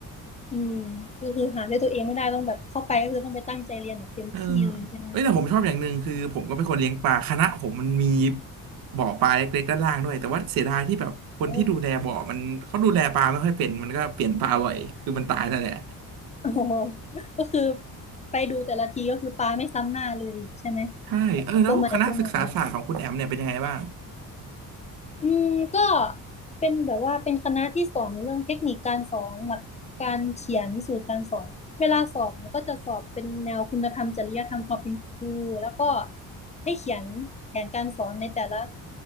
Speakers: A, on the left; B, on the right.
A: อืมก็คือหาด้วยตัวเองไม่ได้ต้องแบบเข้าไปก็คือต้องไปตั้งใจเรียนแบบเต็มที่เลยใช่ไหม
B: เออเอ้ยแต่ผมชอบอย่างหนึ่งคือผมก็เป็นคนเลี้ยงปลาคณะผมมันมีบ่อปลาเล็กๆด้านล่างด้วยแต่ว่าเสียดายที่แบบคนที่ดูแลบ่อมันเขาดูแลปลาไม่ค่อยเป็นมันก็เปลี่ยนปลาบ่อยคือมันตายนั่นแหละ
A: โอ้โอ้โหก็คือไปดูแต่ละทีก็คือปลาไม่ซ้ำหน้าเลยใช่ไหม
B: ใช่เออแล้วคณะศึกษาศาสตร์ของคุณแอมเนี่ยเป็นยังไงบ้าง
A: แบบตัวใหม่ตัวใหม่ อืมก็เป็นแบบว่าเป็นคณะที่สอนเรื่องเทคนิคการสอนหลักการเขียนสูตรการสอนเวลาสอบเนี่ยก็จะสอบเป็นแนวคุณธรรมจริยธรรมความเป็นครูแล้วก็ให้เขียนแผนการสอนในแต่ละ